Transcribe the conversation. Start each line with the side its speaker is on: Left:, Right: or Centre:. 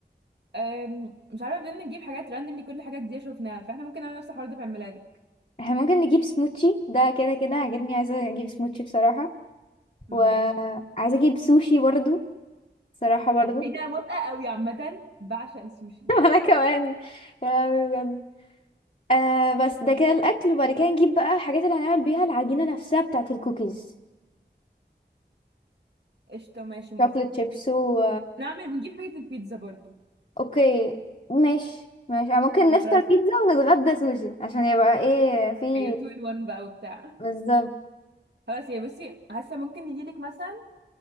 Right: أم، مش عارفه فضلنا نجيب حاجات راندملي كل حاجه جديده شفناها فاحنا ممكن نعمل نفس الحوار ده في عيد ميلادك
Left: احنا ممكن نجيب سموتشي ده كده كده عجبني عايزة أجيب سموتشي بصراحة وعايزة
Right: ماشي
Left: أجيب سوشي برضو بصراحة برضو
Right: اوكي إيه
Left: <laughs>
Right: ده موافقة قوي عامة بعشق السوشي
Left: وأنا كمان يا لهوي بجد آه بس ده كده الأكل وبعد كده نجيب بقى الحاجات اللي هنعمل بيها العجينة نفسها بتاعة الكوكيز
Right: قشطة ماشي موافقة
Left: شوكليت شيبس و
Right: نعمل ونجيب حاجة البيتزا برضو
Left: اوكي ماشي ماشي أنا ممكن
Right: يا
Left: نفطر
Right: خلاص
Left: بيتزا ونتغدى سوشي عشان يبقى ايه في
Right: ايوه 2 in 1 بقى وبتاع
Left: بالظبط
Right: خلاص يا بصي حاسة ممكن نجيلك مثلا